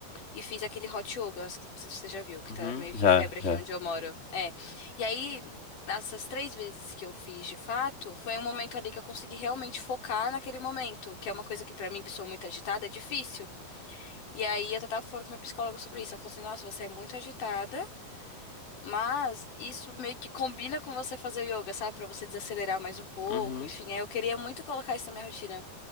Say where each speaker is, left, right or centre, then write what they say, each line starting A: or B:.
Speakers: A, on the left (about 50°); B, on the left (about 35°).
A: e fiz aquele hot yoga, acho que- não sei se você já viu, que
B: uhum,
A: tá meio
B: já,
A: que febre
B: já.
A: aqui onde eu moro. É. E aí Essas três vezes que eu fiz de fato, foi um momento ali que eu consegui realmente focar naquele momento, que é uma coisa que pra mim, que sou muito agitada, é difícil. E aí eu tava falando com minha psicóloga sobre isso. Ela falou assim, nossa, você é muito agitada, mas isso meio que combina com você fazer yoga, sabe? Pra você desacelerar mais um pouco,
B: Uhum.
A: enfim. Aí eu queria muito colocar isso na minha rotina.